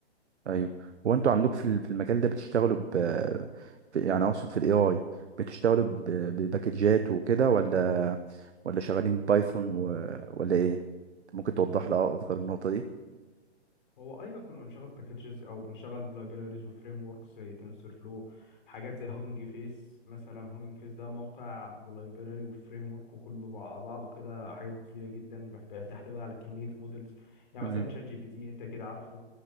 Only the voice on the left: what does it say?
يعني
هو ايوه كنا بنشغل باكجز او بنشغل بلايبريز وفريم وركس زي تنسور فلو حاجات زي هوجنج فيس مثلا هوجنج فيس ده موقع ولايبراري وفريم ورك وكله على بعضه كده حاجه كبيره جدا بتحتوي على كميه مودلز يعني
مثلا شات جي بي تي انت كده عارفه